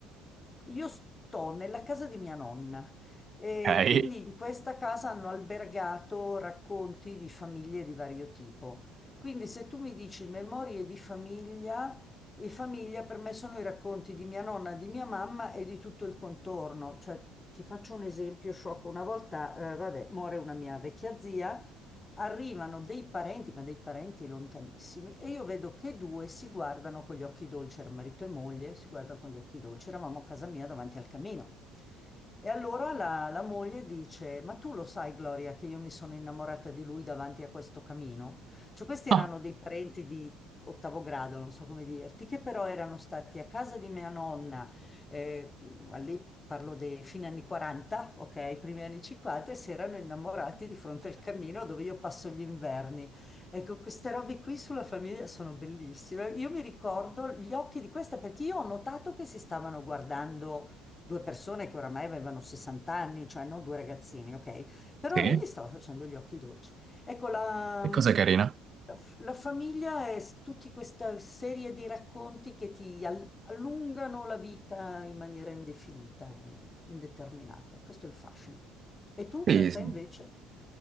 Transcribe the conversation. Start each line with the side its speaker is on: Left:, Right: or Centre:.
Left: io sto nella casa di mia nonna e
Right: Ok.
Left: quindi
Right: <laughs>
Left: in questa casa hanno albergato racconti di famiglie di vario tipo. Quindi se tu mi dici memorie di famiglia, e famiglia per me sono i racconti di mia nonna, di mia mamma e di tutto il contorno. Cioè, ti faccio un esempio sciocco. Una volta, eh, vabbè, muore una mia vecchia zia arrivano dei parenti, ma dei parenti lontanissimi, e io vedo che due si guardano con gli occhi dolci, era marito e moglie, si guardano con gli occhi dolci, eravamo a casa mia davanti al camino. E allora la, la moglie dice: Ma tu lo sai, Gloria, che io mi sono innamorata di lui davanti a questo camino? Cioè, questi
Right: Ah,
Left: erano dei parenti di ottavo grado, non so come dirti, che però erano stati a casa di mia nonna, eh, all'epoca parlo dei fine anni 40, ok, primi anni 50, e si erano innamorati di fronte al camino dove io passo gli inverni. Ecco, queste robe qui sulla famiglia sono bellissime. Io mi ricordo gli occhi di questa perché io ho notato che si stavano guardando Due persone che oramai avevano 60 anni, cioè non due ragazzini, ok? Però
Right: sì.
Left: lei gli stava facendo gli occhi dolci. Ecco, la,
Right: Che cosa carina.
Left: la f- la famiglia è s- tutta questa serie di racconti che ti al- allungano la vita in maniera indefinita e indeterminata. E Questo è il fascino. E tu,
Right: Sì,
Left: per te
Right: sì.
Left: invece?